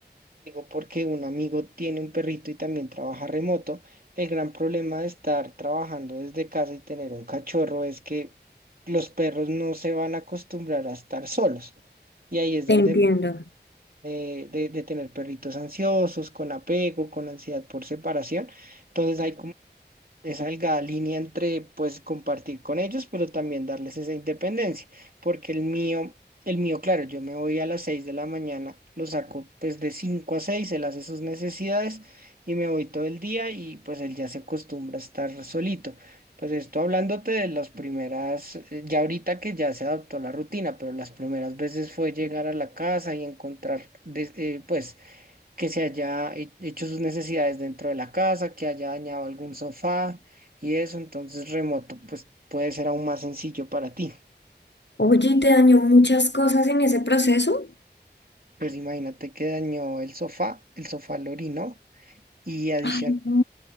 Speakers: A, on the right; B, on the left.
A: digo, porque un amigo tiene un perrito y también trabaja remoto, el gran problema de estar trabajando desde casa y tener un cachorro es que los perros no se van a acostumbrar a estar solos. Y ahí es
B: Te
A: donde
B: entiendo.
A: de, de- de tener perritos ansiosos, con apego, con ansiedad por separación. Entonces hay como esa delgada línea entre pues compartir con ellos, pero también darles esa independencia, porque el mío, el mío, claro, yo me voy a las 6 de la mañana, lo saco pues de 5 a 6 él hace sus necesidades y me voy todo el día y pues él ya se acostumbra a estar solito. Pues esto hablándote de las primeras, eh, ya ahorita que ya se adaptó la rutina, pero las primeras veces fue llegar a la casa y encontrar, des- eh, pues que se haya he- hecho sus necesidades dentro de la casa, que haya dañado algún sofá y eso, entonces remoto, pues puede ser aún más sencillo para ti.
B: Oye, ¿y ¿te dañó muchas cosas en ese proceso?
A: Pues imagínate que dañó el sofá, el sofá lo orinó y adicional,
B: Ay, no,